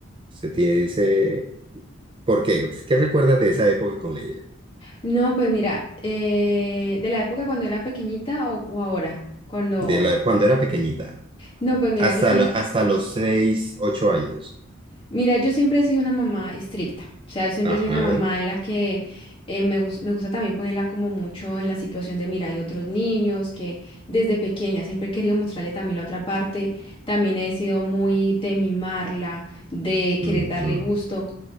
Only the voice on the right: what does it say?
Se te dice, ¿por qué? Pues, ¿Qué recuerdas de esa época con ella?
De la, cuando era pequeñita,
hasta,
la- hasta los seis, ocho años.
Ajá.
ujú.